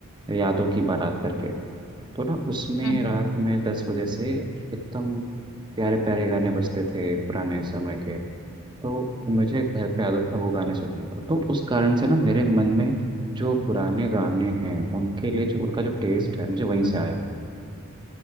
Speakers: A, on the right; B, on the left.
A: यादों की बारात करके तो ना उसमें
B: हम्म हम्म,
A: रात में दस बजे से एकदम प्यारे प्यारे गाने बजते थे पुराने समय के तो मुझे घर पे आदत था वो गाने सुनने का तो उस कारण से ना मेरे मन में जो पुराने गाने हैं उनके लिए जो उनका जो टेस्ट है मुझे वहीं से
B: हम्म,
A: आया